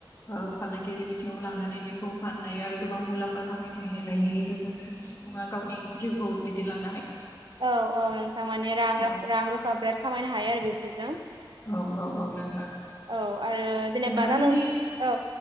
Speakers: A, on the left (about 30°); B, on the right (about 65°).
A: ओ फालांगियारि बिथिङाव लांनानै बेखौ फान नाय आरो गोबां मुलाम्फा खामायनो हायो जायनि गेजेरजों सासे सुबुङा गावनि जिउखौ दैदनलांनो
B: औ औ नोंथां माने रां रा
A: औ
B: रां रुफा बिराद खामायनो हायो आरो बेफोरजों।
A: औ औ औ नोंथां
B: औ आरो जेनेबा
A: दा जोंनि
B: नों औ